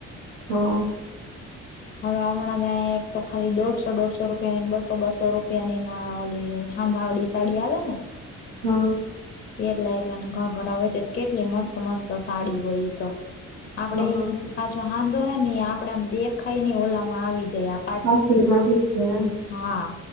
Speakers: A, on the right (about 70°); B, on the left (about 35°).
A: હા.
B: <inaudible> હવે હમણાં જ એક તો ખાલી દોઢસો દોઢસો રૂપિયાની ને બસો બસો રૂપિયાની નાના ઓ લીએ, હાંધા અઢી સો સાડી આવે ને
A: હા
B: એટલા એટલાનુ ઘાઘરા આવે છે, કેટલી મસ્ત મસ્ત સાડી હોય ઇતો આપડે
A: હા
B: એ પાછો હાંધો હે ને આપડે આમ દેખાય નને ઓલામાં આવી જાય આમ.
A: <unintelligible>
B: હા.